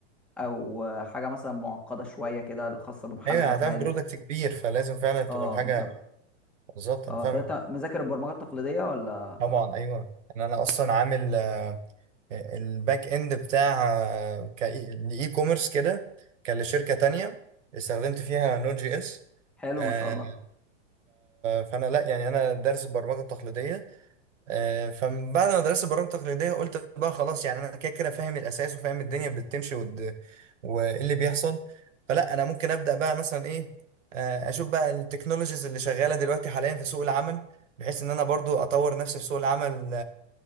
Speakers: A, in the centre; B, on the right.
A: او حاجه مثلا معقده شويه كده خاصه بمحل
B: ايوه
A: حتى
B: يعني هتعمل
A: عادي
B: برودكت كبير فلازم فعلا تبقى
A: اه
B: الحاجة
A: بالظبط
B: بالظبط
A: اه
B: انا فاهمك
A: طب انت مذاكر البرمجه التقليديه ولا
B: طبعا ايوه ان انا اصلا عامل آه، الباك اند بتاع آه، كإي- لاي كوميرس كده كان لشركة تانية استخدمت فيها نود جي اس
A: حلو
B: آه،
A: ما شاء الله
B: فانا لا يعني انا دارس البرمجة التقليدية آه، فبعد ما درست برامج تقليدية قلت بقى خلاص يعني أنا كده كده فاهم الأساس وفاهم الدنيا بتمشي والد- وإيه اللي بيحصل فلا أنا ممكن أبدأ بقى مثلا إيه آه، أشوف بقى التكنولوجيز اللي شغالة دلوقتي حاليا في سوق العمل بحيث إن أنا برضو أطور نفسي في سوق العمل